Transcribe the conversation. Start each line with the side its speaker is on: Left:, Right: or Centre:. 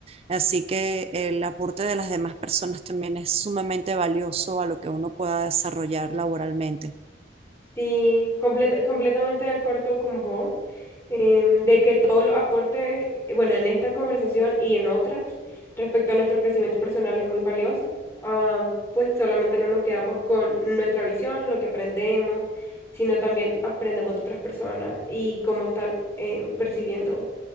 Right: Así que el aporte de las demás personas también es sumamente valioso a lo que uno pueda desarrollar laboralmente.
Left: Sí, completa- completamente de acuerdo con vos, em, de que todos los aportes, eh, bueno, en esta conversación y en otras, respecto a nuestro crecimiento personal es muy valioso. Ah, pues solamente no nos quedamos con nuestra visión, lo que aprendemos, sino también aprendemos de otras personas y cómo están em, percibiendo